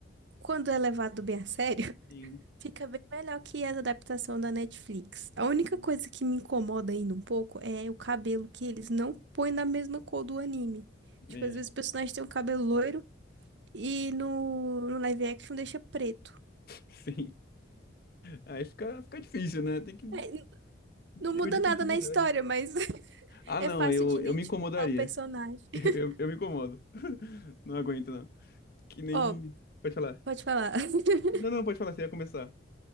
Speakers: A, on the right; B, on the left.
A: quando é levado bem a sério,
B: Sim,
A: <laughs> fica bem melhor que a adaptação da Netflix. A única
B: sim.
A: coisa que me incomoda ainda um pouco é o cabelo que eles não põem da mesma cor do anime. Tipo,
B: É,
A: às vezes o personagem tem um cabelo loiro e no, no live action deixa preto.
B: <laughs> sim. Aí fica, fica difícil, né? Tem que
A: É, Não muda
B: erro de
A: nada
B: continuidade,
A: na história,
B: né?
A: mas <laughs>
B: Ah,
A: é
B: não,
A: fácil
B: eu,
A: de identificar
B: eu me incomodaria.
A: o personagem. <laughs>
B: Eu, eu, eu me incomodo. <laughs> Não aguento, não. Que nem.
A: Ó,
B: Pode falar.
A: pode falar. <laughs>
B: Não, não, pode falar, você ia começar.